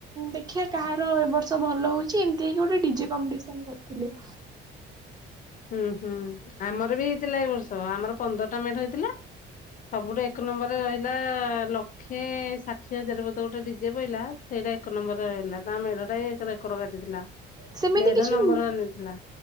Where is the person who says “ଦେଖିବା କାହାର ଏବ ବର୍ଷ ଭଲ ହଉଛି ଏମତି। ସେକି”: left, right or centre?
Right